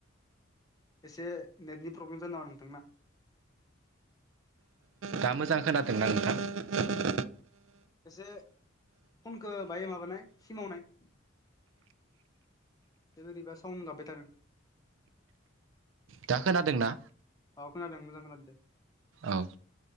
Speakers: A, on the left (about 20°); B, on the right (about 70°).
A: एसे नेटनि प्रब्लेम जादों नामा नोंथांना?
B: दा मोजां खोनादोंना नोंथां?
A: एसे फनखौ बाहाय माबानाय सिमावनाय। बोरैबा साउन गाबबाय थादों।
B: दा खोनादोंना?
A: औ खोनादों मोजां खोनादों दे।
B: औ